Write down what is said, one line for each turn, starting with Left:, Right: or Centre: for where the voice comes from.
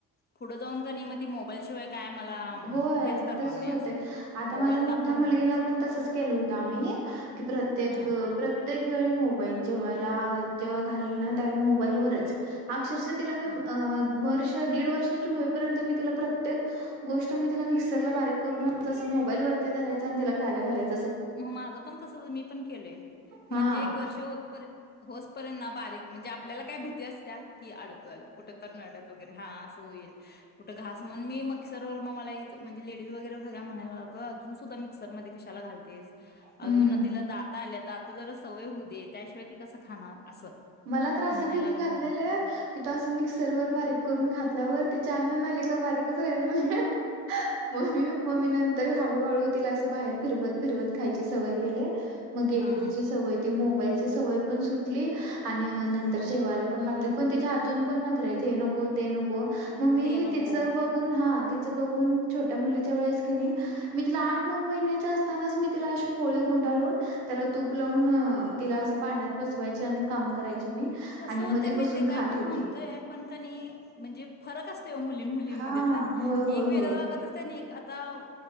Left: पुढे जाऊन कनी म ति मोबाईल शिवाय काय मला
Right: होय
Left: हेच करणार
Right: तसच
Left: नाही
Right: होत
Left: असं आहे.
Right: आता
Left: मोबाईल
Right: माझ्या मोठ्या
Left: दाखव
Right: मुलगीला
Left: मगच
Right: पण तसच केलं होतं आम्ही की प्रत्येक
Left: हा
Right: अ प्रत्येक वळी मोबाईल जेवयला जेव्हा घालल ना त्यावेळी मोबाईल वरच आ अक्षरशा तिला मी
Left: हा.
Right: वर्ष दीड वर्षची होईपर्यंत मी तिला प्रत्येक गोष्ट मी तिला मिक्सरला बारीक करून असं मोबाईल वररती धरायचं आणि तिला खायला घालायच.
Left: मग माझं पण तस मी पण केलोय म्हणजे
Right: हा
Left: एक वर्ष होईपर्यंत होचपर्यंत ना बारीक म्हणजे आपल्याला काय भीती असत्या कि अडकल कुठ तर नडत वगैरे हा असं होईल कुठे घास म्हण मी मिक्सर मग मला म्हणजे लेडीज वगैरे सगळ्या म्हणायल्या अगं अजून सुद्धा मिक्सर मध्ये कशाला घाल तेच
Right: हम्म
Left: अजून तिला दा आल्या तर आता जरा सवय हो दे त्याशिवाय ती कसं खाणार. असं.
Right: मला त्रास
Left: म्हणायला
Right: भीती
Left: लागल्या
Right: घातलेले
Left: ना.
Right: आहे की तो अस मिक्सर व बारीक करून घातल्यावर त अन्ननलिका बारीकच राहिल. <inaudible> म ममी नंतर हळूहळूतील असं बाहेर फिरवत फिरवत खायची सवय केली. मग गेली
Left: हा
Right: तिची सवय ती मोबाईलची सवय पण सुटली. आणि अं नंतर
Left: हा
Right: जेवायला पण लागली. पण तिचे अजून पण नखरेत हे नको ते नको. म मी
Left: ते नको
Right: तिच बघून हां ती ते बघून छोट्या मुलीच्या वेळेस कनी मी तिला आठ नऊ महिन्याच्या असतानाच मी तिला अशी पोळी गुंडाळून त्याला तूप लावून तिला असं पाण्यात बसवायच आणि काम करायची मी.
Left: कस
Right: आणि
Left: होतेय
Right: मग ती
Left: माहितेय
Right: बसून
Left: काय
Right: खात
Left: आपण
Right: होती.
Left: म्हणतोय पण कनी म्हणजे फरक असतो मुलगी मुलीनमधे
Right: हा
Left: पन
Right: होय होय
Left: एक वेरल
Right: होय
Left: लागत असतय. कनी आता